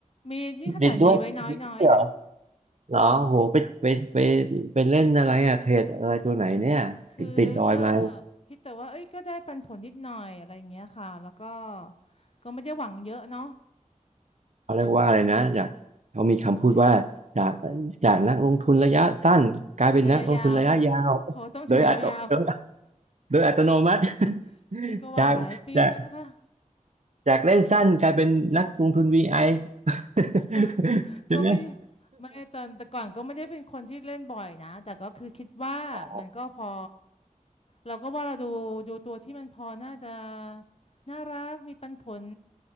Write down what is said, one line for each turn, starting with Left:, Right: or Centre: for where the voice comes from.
Left: มีนี่ขนาดมีไว้น้อยๆนะ
Right: ติดด้วยมีด้วยเหรอเหรอโอ้โหไปไปไปไปเล่นอะไรอ่ะเทรดอะไรตัวไหนเนี่ยถึงติดดอยมา
Left: คือก็คิดแต่ว่าเอ้ยก็ได้ปันผลนิดหน่อยอะไรอย่างเงี้ยค่ะแล้วก็ก็ไม่ได้หวังเยอะเนาะ
Right: เขาเรียกว่าอะไรนะจากเขามีคำพูดว่าจากจากนักลงทุนระยะสั้นกลายเป็นนักลงทุนระยะยาว
Left: ระยะยาวเขาต้องถือยาว
Right: โดยอัตโนโดยโดยอัตโนมัติ
Left: ๆนี่ก็ว่าหลายปีแล้วนะคะ
Right: <laughs> จากจากจากเล่นสั้นกลายเป็นนักลงทุนวีไอ <laughs>
Left: ก็ <laughs>
Right: ใช่ไหม
Left: ก็ไม่ได้ไม่ตอนแต่ก่อนก็ไม่ได้เป็นคนที่เล่นบ่อยนะแต่ก็คือคิดว่ามันก็พอ
Right: อ๋อ
Left: เราก็ว่าเราดูดูตัวที่มันพอน่าจะน่ารักมีปันผล